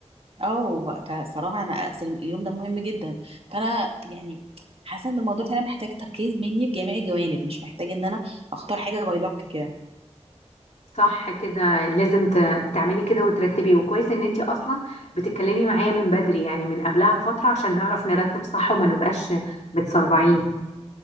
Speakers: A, on the right (about 55°); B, on the left (about 80°).
A: اه فصراحه انا اصل اليوم ده مهم جدا فانا يعني حاسه ان الموضوع فعلا محتاج تركيز مني بجميع الجوانب مش محتاج ان انا اختار حاجه باي لك كده
B: صح كده لازم ت- تعملي كده وترتبي وكويس ان انتي اصلا بتتكلمي معايا من بدري يعني من قبلها بفترة عشان نعرف نرتب صح وما نبقاش متسربعين